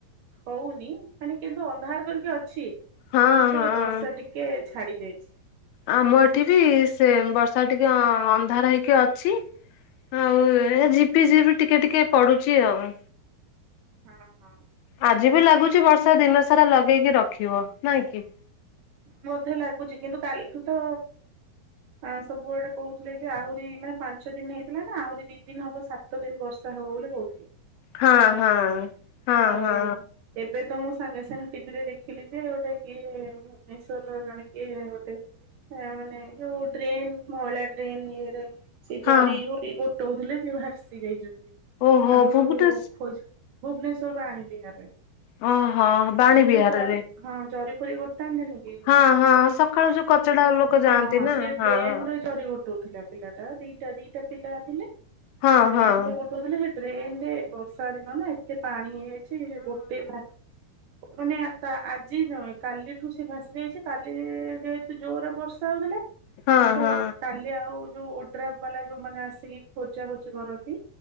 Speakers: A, on the right; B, on the left.
A: ହଉନି ମାନେ କେନ୍ତୁ ଅନ୍ଧାର କରିକି ଅଛି। କିନ୍ତୁ
B: ହଁ ହଁ
A: ଏ ବର୍ଷା ଟିକେ ଛାଡି ଯାଇଛି।
B: ଆମ ଏଠି ବି ସେମ ବର୍ଷା ଟିକେ ଅନ୍ଧାର ହେଇକି ଅଛି। ଆଉ ଜିପି ଜିପି ଟିକେ ଟିକେ ପଡୁଛି ଆଉ।
A: ଓହୋ।
B: ଆଜି ବି ଲାଗୁଛି ବର୍ଷା ଦିନ ସାରା ଲଗେଇକି ରଖିବ ନାଇଁ କି।
A: ବୋଧେ ଲାଗୁଛି କିନ୍ତୁ କାଲିଠୁ ତ ଆ ସବୁଆଡେ କହୁଥିଲେ ଯେ ଆହୁରି ମାନେ ପାଞ୍ଚ ଦିନ ହେଇଥିଲା ନା ଆହୁରି ଦି ଦିନ ହବ ସାତ ସାତ ଦିନ ବର୍ଷା ହବ ବୋଲି କହୁଥିଲେ
B: ହଁ
A: ସମସ୍ତେ
B: ହଁ ହଁ
A: ଆଉ
B: ହଁ
A: ଏବେ ତ ମୁଁ ସାଙ୍ଗେ ସାଙ୍ଗେ ଟିଭିରେ ଦେଖିଲି ଯେ ଗୋଟା କିଏ ମେଶବର ଜଣେ କିଏ ଗୋଟେ। ହାନେଉ ଯୋଉ ଡ୍ରେନ୍ ମଉଳା ଡ୍ରେନ୍ ଇଏରେ। ସିଏ ଜରି
B: ହଁ
A: ଗୋରି ଗୋଟଉଥିଲେ ସେ ଭାସି ଯାଇଛନ୍ତି
B: ଓହୋ
A: ତାଙ୍କୁ
B: ଭୁବନେଶ
A: ସବୁ ଖୋଜ ଭୁବନେଶ୍ଵର ବାଣୀ ବିହାରରେ
B: ଓହୋ ବାଣୀ
A: ସେଇ
B: ବିହାରରେ
A: ଯୋଉ ଜରି ହଁ ଜରି ଫରି ଗୋଟେ ଗୋଟନ୍ତିନି କି
B: ହଁ ହଁ ସକାଳୁ ଯୋଉ କଚଡା ଲୋକ ଯାଆନ୍ତି
A: ହଁ ହଁ
B: ନା
A: ସେ ଡ୍ରେନରେ
B: ହଁ।
A: ଜରି ଗୋଟଉଥିଲେ। ପିଲାଟା ଦିଟା ଦିଟା ପିଲା ଥିଲେ
B: ହଁ
A: ଡେନରେ
B: ହଁ
A: ଗୋଟେ ତେ ସେ ଡ୍ରେନ ରେ ବର୍ଷା ଦିନ ନା ଏତେ ପାଣି ହେଇଯାଇଛି ଗୋଟେ ଓ ଆଖା ଆଜି ଜଣେ କାଲି ଠୁ ସେ ଭାସି ଯାଇଛି କାଲି ଯେହେତୁ ଜୋରରେ ବର୍ଷା ହଉଥିଲା
B: ହଁ
A: ତ
B: ହଁ
A: କାଲି ଆଉ ଯୋଉ ଓଡ୍ରାଫ ବାଲା ଯୋଉମାନେ ଆସିକି ଖୋଜା ଖୋଜି କରନ୍ତି